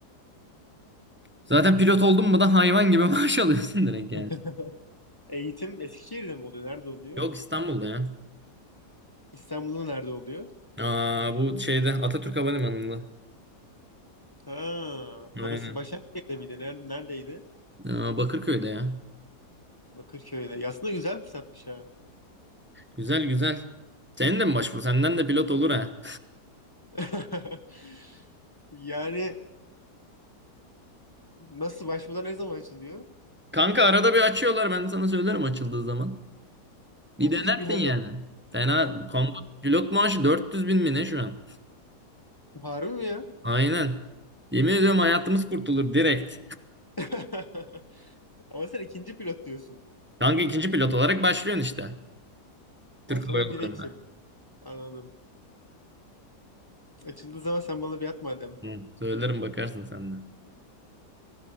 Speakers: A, on the right; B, on the left.
A: Zaten pilot oldun mu da hayvan gibi <laughs> maaş alıyorsun direkt yani.
B: <laughs> eğitim Eskişehir'de mi oluyor? Nerede oluyor?
A: Yok İstanbul'da ya.
B: İstanbul'da nerede oluyor?
A: Aa, bu şeyde Atatürk Havalimanı'nda.
B: Ha, orası
A: Aynen.
B: Başakşehir'de miydi? Ner- Neredeydi?
A: Aa, Bakırköy'de ya.
B: Bakırköy'de. Ya Aslında güzel fırsatmış ha.
A: Güzel güzel. Senin de mi başvur? Senden de pilot olur ha.
B: <laughs> Yani nasıl başvurda ne zaman açılıyor?
A: Kanka arada bir açıyorlar ben sana söylerim açıldığı zaman.
B: Olur
A: Bir denersin
B: bir hani
A: yani. Fena Kongo pilot maaşı 400 bin mi ne şu an?
B: var mı ya?
A: Aynen. Yemin ediyorum hayatımız kurtulur direkt.
B: <laughs> Ama sen ikinci pilot diyorsun.
A: Kanka ikinci pilot olarak başlıyorsun işte. Türk
B: Ben sonra
A: Hava Yolları'nda.
B: bire yükseliyorum. Anladım. Açıldığı zaman sen bana bir at madem.
A: Hı, söylerim bakarsın sen de.